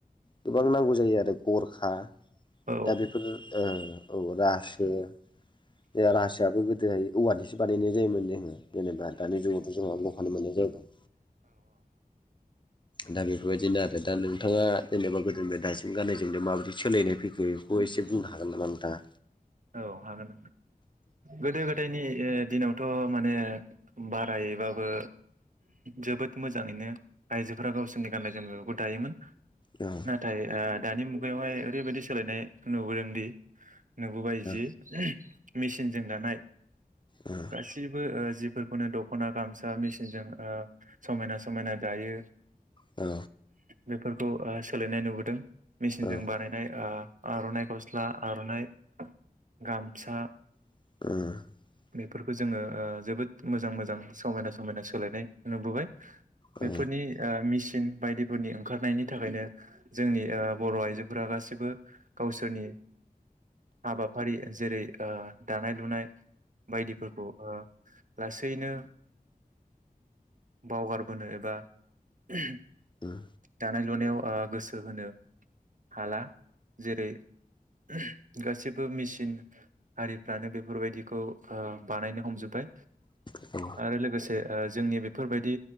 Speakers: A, on the left; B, on the right.
A: गोबां नांगौ जायो आरो गरखा
B: औ
A: दा बेफोर ओ औ रासो जोङा रासोयाबो गोदोहाय औवानिसो बानायनाय जायोमोन जोङो जेनेबा दानि जुगावथ' जोंहा लहानि मोननाय जाबाय। दा बेफोरबायदिनो आरो दा नोंथाङा जेनेबा गोदोनिफ्राय दासिम गाननाय जोमनाया माबोरै सोलायनाय फैखो बेखौ एसे बुंनो हागोन नामा नोंथांआ?
B: औ हागोन। गोदो गोदायनि ओ दिनाव थ' माने बारायैबाबो जोबोद मोजाङैनो आइजोफोरा गावसोरनि गाननाय जोमनायफोरखौ दायोमोन।
A: औ
B: नाथाय ओ दानि मुगायावहाय ओरैबायदि सोलायनाय नुबोदोंदि नुबोबाय जि
A: औ
B: <unintelligible> मेचिनजों दानाय
A: औ
B: गासिबो ओ जिफोरखौनो दख'ना गामसा मेसिनजों ओ समायना समायना दायो।
A: औ।
B: बेफोरखौ ओ सोलायनाय नुबोदों। मेसिनजों
A: ओ औ उम
B: बानायनाय ओ आर'नाय गस्ला, आर'नाय गामसा
A: <unintelligible>
B: बेफोरखौ जोङो ओ जोबोद मोजां मोजां समायना समायना सोलायनाय नुबोबाय।
A: औ
B: बेफोरनि ओ मि सिन बायदिफोरनि ओंखारनायनि थाखायनो जोंनि ओ बर' आइजोफोरा गासिबो गावसोरनि हाबाफारि जेरै ओ दानाय लुनाय बायदिफोरखौ ओ लासैनो बावगारबोनो एबा <unintelligible>
A: उम।
B: दानाय लुनायाव ओ गोसो होनो हाला जेरै <unintelligible> गासिबो मेसिन आरिफ्रानो बेफोरबायदिखौ ओ बानायनो हमजोबबाय
A: उम औ
B: आरो लोगोसे ओ जोंनि बेफोरबायदि